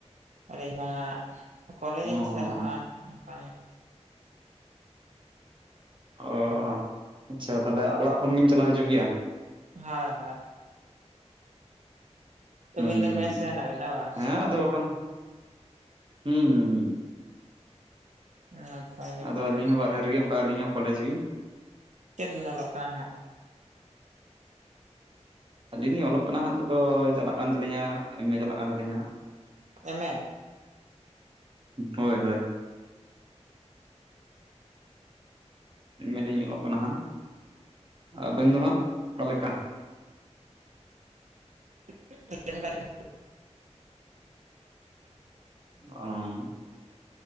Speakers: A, on the right; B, on the right.
A: ᱟᱨ ᱤᱧᱢᱟ ᱠᱚᱞᱮᱡ
B: ᱦᱩᱸ
A: ᱤᱧ ᱥᱮᱱᱚᱜᱼᱟ
B: ᱦᱩᱸ
A: ᱚᱱᱠᱟ
B: ᱚ ᱟᱪᱪᱷᱟ ᱛᱟᱞᱦᱮ ᱚᱲᱟᱜ ᱠᱷᱚᱱ ᱜᱮᱢ ᱪᱟᱞᱟᱣ ᱦᱤᱡᱩᱜ ᱜᱮᱭᱟ?
A: ᱦᱳᱭ ᱦᱳᱭ ᱟᱹᱵᱤᱱ
B: ᱦᱩᱸ
A: ᱫᱚ ᱢᱮᱥ ᱨᱮ ᱦᱮᱱᱟᱜ ᱵᱤᱱᱟ ᱵᱟᱝ
B: ᱦᱮᱸ ᱟᱫᱚ ᱵᱟᱠᱷᱟᱱ ᱦᱩᱸ ᱦᱩᱸ ᱦᱩᱸ
A: ᱱᱟᱯᱟᱭ ᱜᱮ
B: ᱟᱫᱚ
A: ᱛᱚᱵᱮ
B: ᱟᱹᱞᱤᱧ ᱦᱚᱸ ᱵᱟᱨᱦᱮ ᱨᱮᱜᱮ ᱚᱱᱠᱟ ᱟᱹᱞᱤᱧ ᱦᱚᱸ ᱠᱚᱞᱮᱡᱽ ᱜᱮ
A: ᱪᱮᱫ ᱵᱤᱱ ᱚᱞᱚᱜ ᱠᱟᱱᱟ ᱱᱟᱦᱟᱜ
B: ᱟᱹᱞᱤᱧ ᱞᱤᱧ ᱚᱞᱚᱜ ᱠᱟᱱᱟ ᱦᱟᱸᱜ ᱱᱤᱛᱚᱜ ᱫᱚ ᱪᱟᱞᱟᱜ ᱠᱟᱱ ᱛᱟᱹᱞᱤᱧᱟ ᱮᱢ ᱮ ᱪᱟᱞᱟᱜ ᱠᱟᱱ ᱛᱟᱹᱞᱤᱧᱟ ᱦᱟᱸᱜ
A: ᱮᱢᱮ
B: ᱦᱳᱭ ᱦᱳᱭ ᱮᱢᱮ ᱞᱤᱧ ᱚᱞᱚᱜ ᱠᱟᱱᱟ ᱦᱟᱸᱜ ᱟᱵᱮᱱ ᱫᱚ ᱦᱟᱸᱜ ᱚᱠᱟᱞᱮᱠᱟ?
A: <inaudible>
B: ᱚᱦᱚᱝ